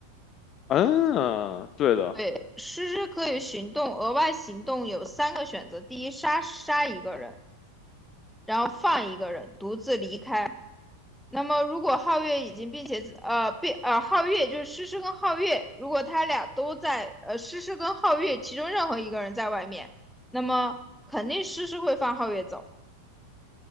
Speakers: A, on the left (about 30°); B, in the centre.
A: 嗯，对的，
B: 对，诗诗可以行动，额外行动有三个选择：第一，杀杀一个人，然后放一个人，独自离开。那么，如果皓月已经并且呃并呃皓月就是诗诗跟皓月，如果他俩都在呃诗诗跟皓月其中任何一个人在外面，那么肯定诗诗会放皓月走。